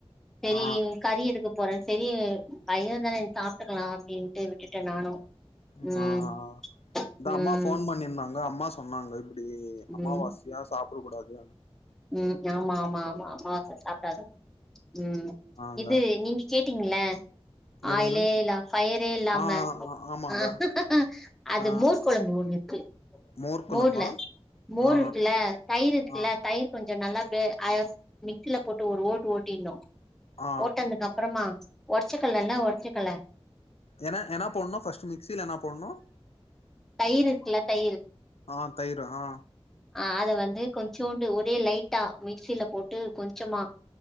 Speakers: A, in the centre; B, on the left.
A: செரி
B: ஆ
A: கறி எடுக்க பொற செரி பைய தானே சாப்ட்டுக்கலா அப்டின்ட்டு விட்டுடே நானு
B: ஆ
A: ம்
B: ஆ அ அதா
A: ம்
B: அம்மா ஃபோன் பண்ணிந்தாங்க அம்மா சொன்னாங்கள் டி
A: ம்
B: அமாவாசயா சாப் ருக் கூடாது
A: ம் யாமா ஆமா ஆமா அம்மாவாச சாப்டாத ம்
B: ஆங்க
A: இது நீங்க கேட் டிங்க
B: எதுங்க
A: ஆயிலே இல்லாம் ஃபயரே இல்லாம
B: ஆ ஆமாங்க
A: ஆஹ் அது
B: ஆ
A: மோர் குழம்பு ஒன்னு கே
B: மோர் கொழம்பா
A: மோர்ல மோர்
B: ஆ
A: இருக்குல தயிர் இருக்குல
B: ஆ
A: தயிர் கொஞ்சம் நல்லா பே அ மிக்சில போட்டு ஒரு ஓட்டு ஓட்டினும்
B: ஆ
A: ஓட்டுனத்து அப்புறமா உடச்சக்கல்லல்ல உடச்சக்கல்ல
B: என எனா போன்னும் ஃபஸ்ட் மிக்சியில என்னா போனும்
A: தயிருக்குல தயிர்
B: ஆ தயிர் ஆ
A: அஹ் அது வந்து கொஞ்சோண்டு ஒரே லைட்டா மிக்சில போட்டு கொஞ்சமா